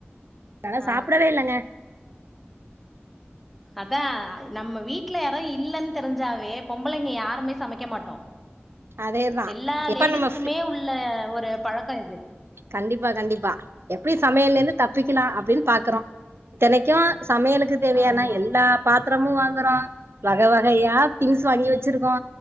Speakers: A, on the right (about 70°); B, in the centre.
A: அதா
B: ஆ
A: சாப்டவே இல்லங்க
B: அதா நம்ம வீட்ல யாரா இல்லன் தெரிஞ்சாவே பொம்பளைங்க யாருமே சமைக்க மாட்டோ
A: அதேதா
B: எல்லா
A: எப்ப
B: லேடிஸ்குமே
A: நம்ம ஃப்ரீ
B: உள்ள ஒரு பழக்க இது
A: கண்டிப்பா கண்டிப்பா எப்டி சமையலந்து தப்பிக்லா அப்டின் பாக்குறோ இத்தனைக்கும் சமையலுக்கு தேவையான
B: ஆமா
A: எல்லா
B: ஆமா
A: பா த்ரமு வாங்றோ வக வகையா திங்ஸ் வாங்கி வச்சிருக்கோ